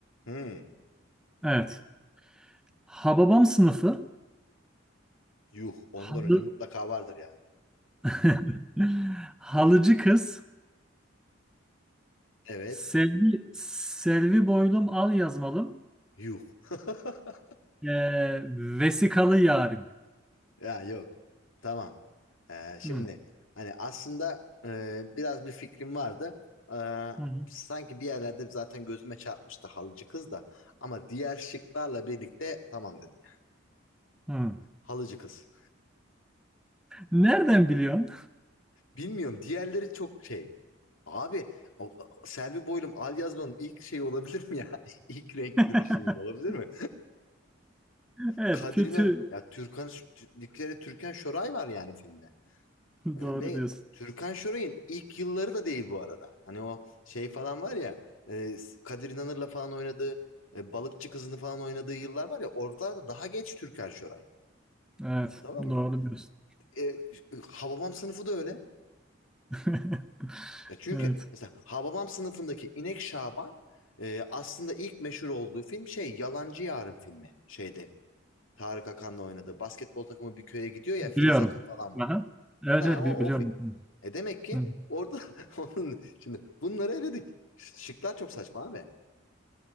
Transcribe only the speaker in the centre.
Evet. Hababam sınıfı,
Halı...
<laughs> Halıcı Kız,
Selvi, Selvi Boylum Al Yazmalım,
ee, Vesikalı Yarim.
Hı.
Hı hı.
Hı.
Nereden biliyorsun?
<laughs>
Evet,
kötü.
<laughs>
Doğru
diyorsun.
Evet,
doğru
diyorsun.
<laughs>
Evet,
biliyorum.
Aha. Evet,
evet,
bi- biliyorum.
Hı.